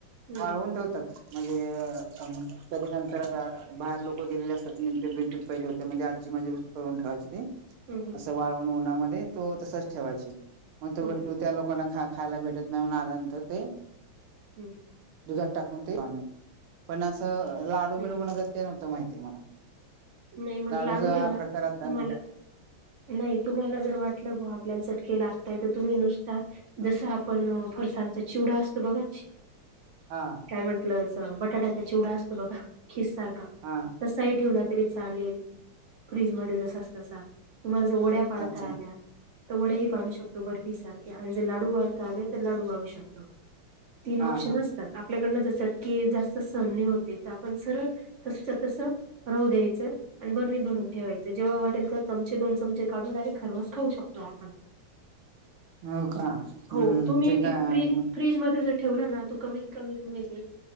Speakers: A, on the right (about 60°); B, on the right (about 80°).
A: हम्म
B: वाळवून ठेवतात. म्हणजे अ तरी नंतर आता बाहेर लोकं गेलेले असतात मिटट विंटट पहिले म्हणजे आजी म्हणजे करून ठेवायची. ती
A: हम्म हम्म
B: असं वाळवून उन्हामध्ये. तो तसाच ठेवायची. मग तो
A: हम्म
B: गट्टू त्या लोकांना खा खायला भेटत म्हणून आल्यानंतर ते
A: हम्म
B: दुधात टाकून ते पानी पण असं लाडू
A: हम्म
B: बिडू बनवतात
A: हम्म
B: ते नव्हतं माहित. ते मला
A: नाही मग
B: लाडूचा
A: लाडू आहे
B: हा
A: ना
B: प्रकार आता
A: तुम्हाला
B: ना
A: नाही तुम्हाला जर वाटलं बुवा आपल्याला चटके लागतय. तर तुम्ही नुसता जस आपण फरसांचं चिवडा असतो बघा
B: हा
A: काय म्हंटल अस बटाट्याचा चिवडा असतो बघा खिस सार तसाही
B: हा
A: ठेवला तरी चालेल फ्रीज मध्ये जसाच तसा तुम्हाला जर वड्या पाडता
B: अच्छा
A: आल्या तर वड्या ही पाडू शकतो बर्फी सारख्या. आणि जर लाडू वळता आले तर लाडू वळू शकतो. तीन
B: हा
A: ऑप्शन
B: हा
A: असतात. आपल्याकडनं ज चटके जास्त सहन नाही होत आहे. तर आपण सरळ तसच्या तस राहू द्यायाचं‌. आणि बरणीत भरून ठेवायचं. जेव्हा वाटेल तेव्हा चमचे दोन चमचे काढून डायरेक्ट खरवस खाऊ शकतो. तो आपण
B: हो का हम्म
A: हो तुम्ही
B: ते
A: ती
B: काय
A: फ्रिज फ्रीज मध्ये जर ठेवला ना तो कमीत कमी तुम्ही ते